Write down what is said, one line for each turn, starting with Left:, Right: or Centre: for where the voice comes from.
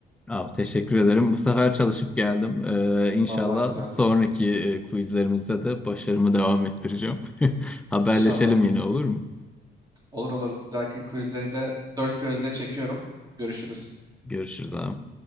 Centre: Abi teşekkür ederim. Bu sefer çalışıp geldim. Ee, İnşallah
Right: Vallahi güzeldi.
Centre: sonraki e, quizlerimizde de başarımı devam ettireceğim. <laughs> Haberleşelim
Right: İnşallah.
Centre: yine olur mu?
Right: Olur olur. Bir dahaki quizleri de dört gözle çekiyorum. Görüşürüz.
Centre: Görüşürüz abi.